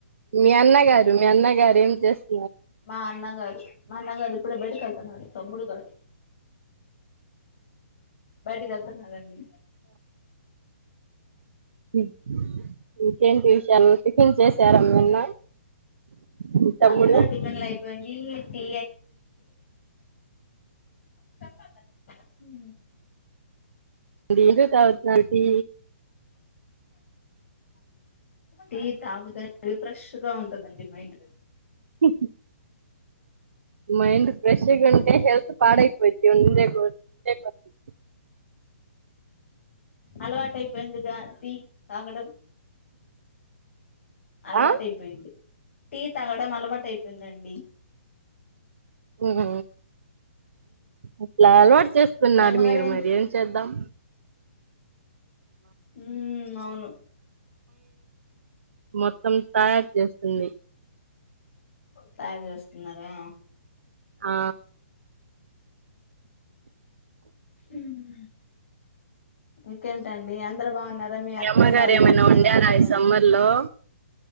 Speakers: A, on the right (about 65°); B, on the left (about 55°).
A: మీ అన్నగారు మీ అన్నగారు ఎం జస్ట్
B: మా అన్నగాడు మా అన్నగాడు ఇప్పుడే బయటకు వెళ్తున్నాడు బయటికి వెళ్తున్నాడండి
A: ఉమ్ హు ఏంటి విషయాలు టిఫిన్ చేసార మీ అన్న మీ తమ్ముడు
B: అందరు టిఫిన్లు అయిపోయినాయి టీ తొక్కద్దు అది
A: నేను తాగుతున్నాను టీ
B: టీ తాగుతానే రిఫ్రెష్ గా ఉంటందండి మైండ్
A: హు హు మైండ్ ఫ్రెష్ గుంటే హల్త్ పాడయిపోయిద్ ఎండేకు ఇంటేకి వస్తున్
B: అలవాటు అయిపోయిందిగా టీ తాగడం అలవాటుయిపోయింది
A: ఆ
B: టీ తాగడం అలవాటు అయిపోయిందండి
A: ఉ ఉ హ అట్లా అలవాటు చేసుకున్నారు
B: మీ అమ్మగారు
A: మీరు మరి ఏం చేద్దాం
B: ఉ ఊమ్ అవును
A: మొత్తం తయారు చేసింది
B: తయారు చేస్తున్నారా
A: ఆ
B: ఉ మ్ ఇంకేంటండి అందరు బాగున్నారా మీ అత్తయ్య
A: అమ్మగారు
B: వాళ్ళు
A: ఏమైనా
B: మీ
A: వండారా
B: మామయ్య
A: ఈ
B: వాళ్ళు
A: సమ్మర్ లో